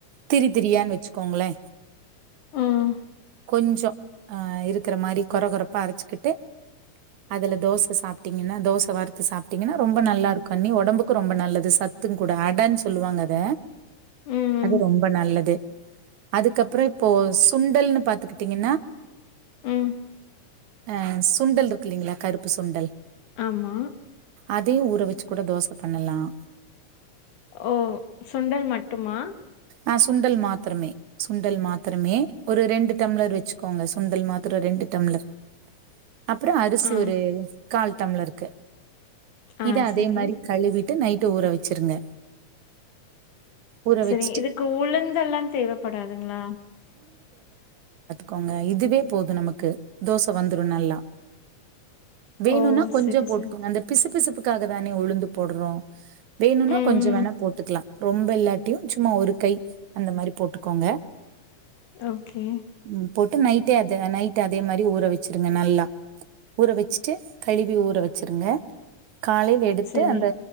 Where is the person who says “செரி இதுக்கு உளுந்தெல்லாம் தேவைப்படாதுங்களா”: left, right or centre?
Left